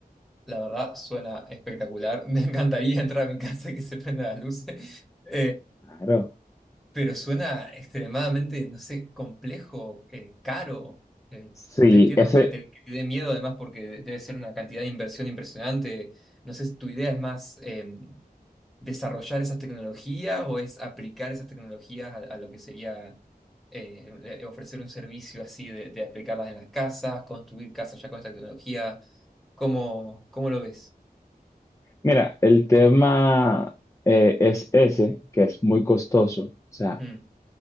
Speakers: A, in the centre; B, on the left (about 20°).
A: La verdad, suena espectacular. <laughs> Me encantaría entrar a mi casa y que se prenda la luz. <laughs>
B: Claro.
A: Pero suena extremadamente, no sé, complejo, eh, caro. Eh,
B: Sí,
A: te entiendo
B: ese,
A: que te, que te dé miedo además porque de- debe ser una cantidad de inversión impresionante. No sé si tu idea es más eh, desarrollar esas tecnologías o es aplicar esas tecnologías a, a lo que sería eh, eh, ofrecer un servicio así de, de aplicarlas en las casas, construir casas ya con esta tecnología. ¿Cómo, cómo lo ves?
B: Mira, el tema eh, es ese, que es muy costoso. O sea,
A: Mm,